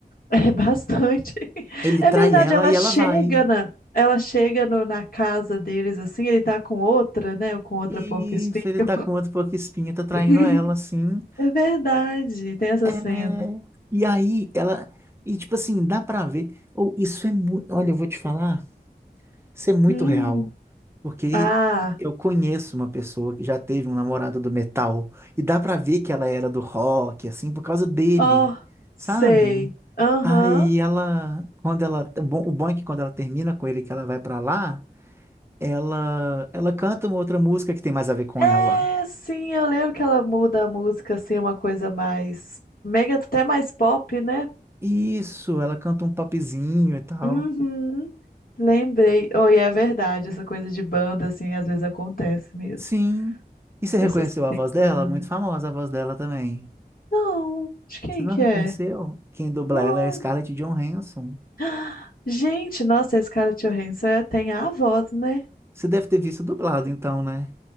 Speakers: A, on the left (about 60°); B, on the right (about 15°).
A: É bastante. <laughs>
B: Ele
A: É
B: trai
A: verdade,
B: ela
A: ela
B: e
A: chega
B: ela vai.
A: na, ela chega no- na casa deles assim, ele tá com outra, né? Ou com outra
B: E
A: porco-espinho.
B: isso, ele tá com outro porco-espinho, tá traindo
A: <laughs>
B: ela, assim.
A: É verdade, tem essa
B: É,
A: cena.
B: E aí, ela... E, tipo assim, dá pra ver... Ou isso é muito... Olha, eu vou te falar, isso é muito
A: Hum.
B: real. Porque
A: Ah,
B: eu conheço uma pessoa que já teve um namorado do metal. E dá pra ver que ela era do rock, assim, por causa dele,
A: ó, sei.
B: sabe?
A: Aham.
B: Aí ela... Quando ela... O bom o bom é que quando ela termina com ele, que ela vai pra lá... Ela, ela canta uma outra música que tem mais a ver com
A: É,
B: ela.
A: sim, eu lembro que ela muda a música assim, uma coisa mais mega, até mais pop, né?
B: Isso, ela canta um popzinho e tal.
A: Uhum. Lembrei. oi, é verdade, essa coisa de banda, assim, às vezes acontece mesmo.
B: Sim. E você reconheceu
A: Pessoas que têm
B: a voz dela?
A: banda.
B: Muito famosa a voz dela também.
A: Não, de quem
B: Você não
A: que
B: reconheceu?
A: é?
B: Quem dubla
A: Não.
B: ela é a Scarlett Johansson.
A: <gasps> Gente, nossa, esse cara Johansson é- tem a voz, né?
B: Você deve ter visto dublado, então, né?